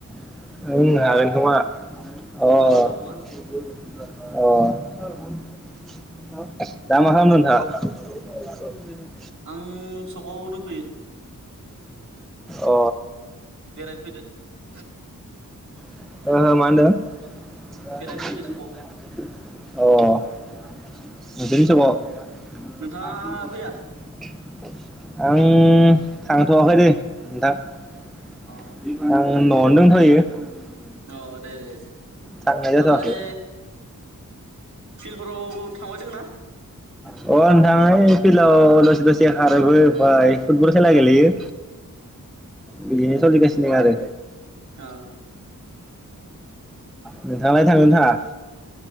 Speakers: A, in the centre; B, on the right.
A: नो हागोनथमा अ
B: हागोनथ' खोमा
A: अ <unintelligible> दामा खालामदं नंथा?
B: आं सकआव दंफैयो
A: अ
B: बेरायनो फैदो ।
A: हो माहोनदो?
B: बेरायनो
A: अह
B: फैदो सकआव
A: नोंसिनि सिङाव। लांदां आं
B: नोंथाङा
A: थांथवाखै
B: फैया
A: दे नोंथां। आं आं
B: अ
A: न'आवनो दंथयो
B: अह दे दे दे।
A: थांनाय जाथ'वाखै
B: दालाय फिल्डफोराव थांबाय दोंना
A: अ नोंथां ओइ फिल्डाव दसे दसे खारोबो बाय फुटबल खेला गेलेयो। बिदिनो सलिगासिनो नो आरो।
B: ओह
A: नोंथाङालाय थाङोना थाङा?